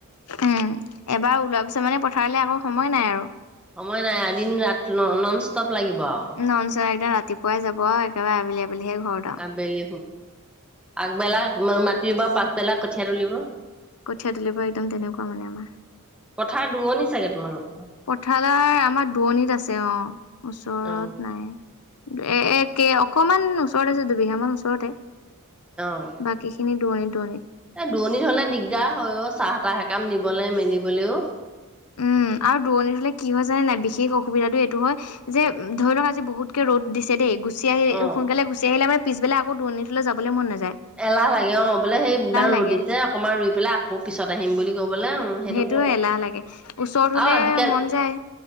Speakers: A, on the left; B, in the centre.
A: উম এবাৰ ওলোৱা পিছত মানে পথাৰলৈ আকৌ সময় নাই আৰু
B: সময় নাই এদিন ৰা ন নন ষ্টপ লাগিব আৰু <inaudible>
A: নন ষ্টপ একদম ৰাতিপুৱাই যাব একেবাৰে আবেলি আবেলিহে ঘৰত আৰু
B: আবেলি আগবেলা মাতি ৰুবো পাছবেলাক কঠীয়া তুলিব
A: কঠিয় দ <inaudible> পৰা একদম তেনেকুৱা মানে আমাৰ
B: কঠা দুৰনি চাগে তোমালোক।
A: পথালাৰ আমাৰ দুৱণিত আছে অ ওচৰত
B: অ
A: নাই এ এ কেই অকমান ওচৰত আছে দুবিঘা মান ওচৰতে
B: অ
A: বাকী খিনি দূৰণিত দুৰণিত
B: এ দূৰণিত হলে দিগদাৰ হয় অ, চাহ তাহ এককাম নিবলৈ মেলিবলৈও।
A: উম আৰু দূৰণি হলে কি হয় জানে নাই বিশেষ অসুবিধাতটো এইটো হয় যে ধৰি লও আজি বহুতে ৰ'দ দিছে দেই। গুচ আহ,
B: অ।
A: সকালে গুচি আহিলেমাৰ পিছেল আকৌ দৰণিলৈ যাবলৈ মন নযায়।
B: এলাহ লাগে অ বোলে সেই ইমান ৰু
A: লাগে
B: দিছে অকমান ৰুই পেলাই আকৌ পিছত আহিম বুলি কবলে উ সেইটো
A: টো
B: হয় বাৰু।
A: এলাহ লাগে ওচৰত হলে
B: আৰু আজিকালি
A: মন যায়